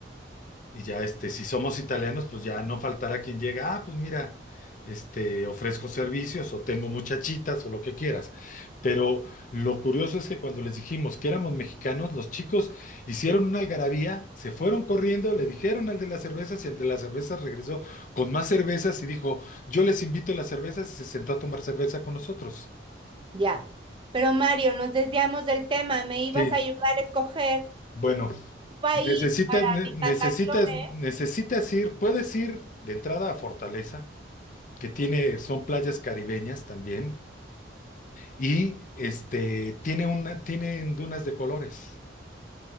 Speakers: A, on the left (about 40°); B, on the right (about 25°).
A: y ya este, si somos italianos, pues ya no faltará quien llega, ah, pues mira, este, ofrezco servicios o tengo muchachitas o lo que quieras. Pero lo curioso es que cuando les dijimos que éramos mexicanos, los chicos hicieron una algarabía, se fueron corriendo, le dijeron al de las cervezas y el de las cervezas regresó con más cervezas y dijo, yo les invito las cervezas y se sentó a tomar cerveza con nosotros.
B: Ya. Pero Mario, nos desviamos del tema. Me ibas
A: Sí,
B: a ayudar a escoger
A: bueno.
B: un país
A: Necesitas,
B: para
A: ne-
B: mis
A: necesitas,
B: vacaciones.
A: necesitas ir, puedes ir de entrada a Fortaleza, que tiene, son playas caribeñas también, y este, tiene una, tienen dunas de colores,